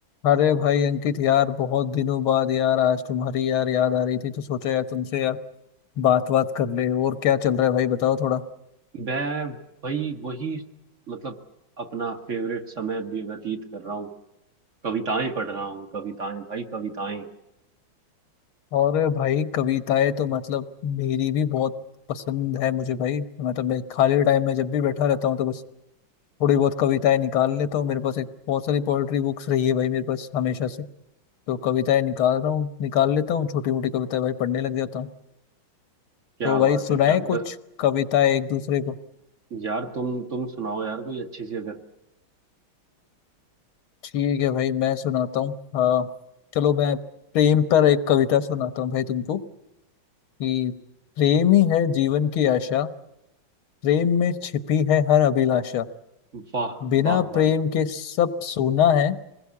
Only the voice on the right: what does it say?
मैं भाई वही मतलब अपना फेवरेट समय भी व्यतीत कर रहा हूँ कविताएं पढ़ रहा हूँ कविताएं भाई कविताएं
क्या
बात
है क्या बता
यार तुम तुम सुनाओ यार कोई अच्छी सी अगर
वाह
वाह भाई